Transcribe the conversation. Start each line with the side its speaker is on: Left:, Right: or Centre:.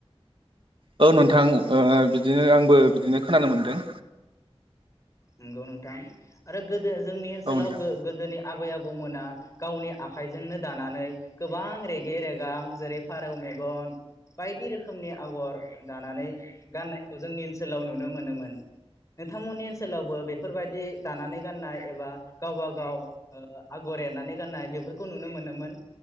Right: औ नोंथां ओ बिदिनो आंबो बिदिनो खोनानो मोनदों।
Left: नंगौ नोंथां आरो गो दो जोंनि ओनसोलाव
Right: औ नोंथां
Left: गो गोदोनि आबै आबौमोना गावनि आखाइजोंनो दानानै गोबां रेगे रेगां जेरै फारौ मेगन बायदि रोखोमनि आगर दानानै गाननायखौ जोंनि ओनसोलाव नुनो मोनोमोन। नोंथांमोननि ओनसोलावबो बेफोरबायदि दानानै गाननाय एबा गावबा गाव आगर एरनानै गाननाय बेफोरखौ नुनो मोनोमोन